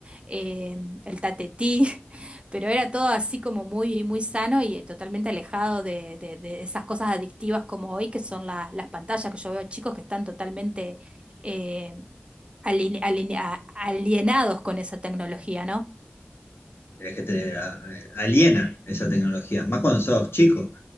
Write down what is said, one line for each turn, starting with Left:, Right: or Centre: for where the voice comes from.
Right: eh, el tatetí, <laughs> pero era todo así como muy, muy sano y eh, totalmente alejado de, de- de esas cosas adictivas como hoy, que son la- las pantallas que yo veo chicos que están totalmente... eh, aline- aline- a- alienados con esa tecnología, ¿no?
Left: Es que te a- aliena esa tecnología, más cuando sos chico.